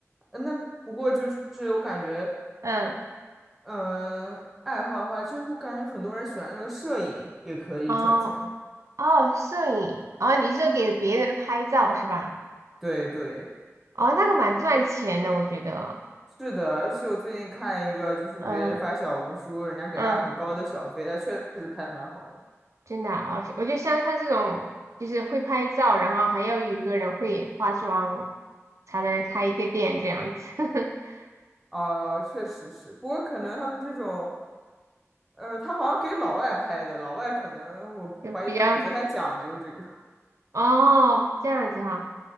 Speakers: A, in the centre; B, on the right.
A: 呃那不过就是我感觉，
B: 嗯，
A: 嗯，爱好的话，就是我感觉很多人喜欢那个摄影，也可以赚钱。
B: 哦哦，摄影，哦，你是给别人拍照是吧？
A: 对对，
B: 哦，那个蛮赚钱的，我觉得。
A: 是的，而且我最近看一个，就是别人发小红书，
B: 嗯
A: 人家给他很高的小费，
B: 嗯。
A: 他确实拍得蛮好的。
B: 真的啊，我我觉得像他这种，就是会拍照，然后还要有一个人会化妆，才能开一个店这样子，<laughs>
A: 啊、确实是，不过可能他们这种，呃，他好像给老外拍的，老外可能我怀疑他们不太讲究这个。
B: 就比较哦这样子哈，